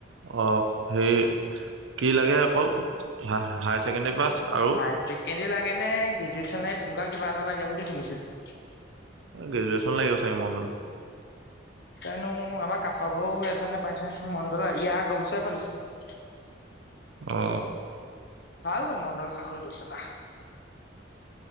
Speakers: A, on the right; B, on the left.
A: অ সে কি লাগে অকল হাই। চেণ্ডী পাছ। আৰু
B: হায় ছেকেণ্ডাৰী লাগে গ্ৰেজুৱেচন লাগে তেনেকুৱা? ভা়া লাগে বুলি শুনিছিলো!
A: গ্ৰেজুেচন লাগিব চাগে মণ্ডল
B: কিয়নো আমাৰ কাষৰ ঘৰু এজনে পাইছে নহয় মণ্ডল ইয়াৰ আগ বছৰে পালে ।
A: অ
B: ভাল টো মণ্ডল চাকৰিটো কেলা‌ ।